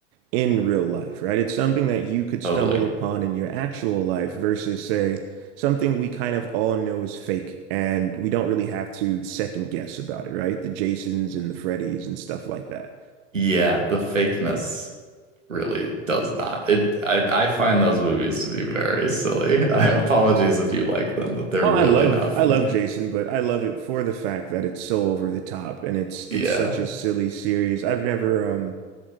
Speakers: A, on the right (about 50°); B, on the right (about 85°).
A: in real life, right? It's something that you could
B: totally.
A: stumble upon in your actual life versus, say, something we kind of all know is fake and we don't really have to second guess about it, right? The Jasons and the Freddys and stuff like that.
B: Yeah, the fakeness really does not. It I I find those movies to be very silly. <laughs> I apologies if you like them, but they're
A: Oh,
B: really
A: I love
B: not for
A: I love
B: me.
A: Jason, but I love it for the fact that it's so over the top and it's
B: Yeah.
A: it's such a silly series. I've never um